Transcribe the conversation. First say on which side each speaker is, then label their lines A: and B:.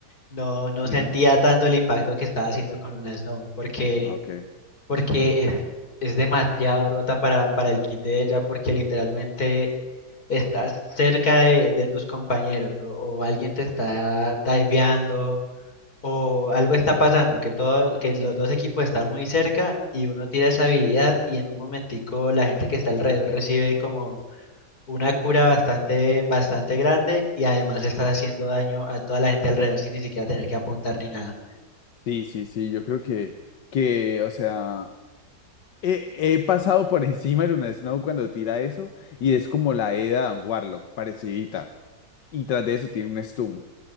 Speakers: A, on the left; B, on the left.
A: no, no
B: Ujú.
A: sentía tanto el impacto que estaba haciendo con Luna Snow, porque,
B: Ok.
A: porque es, es demasiado rota para, para el kit de ella, porque literalmente estás cerca de, de tus compañeros o, o alguien te está diveando o algo está pasando, que todo, que los dos equipos están muy cerca y uno tira esa habilidad y en un momentico la gente que está alrededor recibe como una cura bastante, bastante grande y además le estás haciendo daño a toda la gente alrededor sin ni siquiera tener que apuntar ni nada.
B: Sí, sí, sí, yo creo que, que o sea, he, he pasado por encima de Luna Snow cuando tira eso y es como la Eda Warlock, parecidita. Y tras de eso tiene un stun